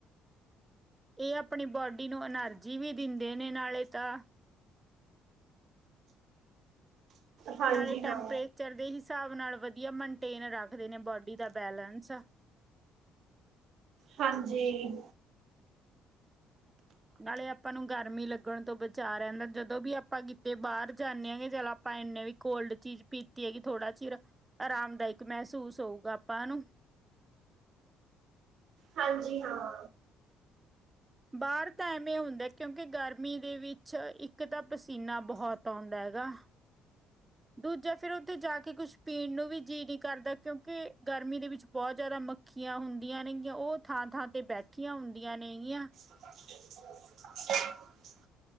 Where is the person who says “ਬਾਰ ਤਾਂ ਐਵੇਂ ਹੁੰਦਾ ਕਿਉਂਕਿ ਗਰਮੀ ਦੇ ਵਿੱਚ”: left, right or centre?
Right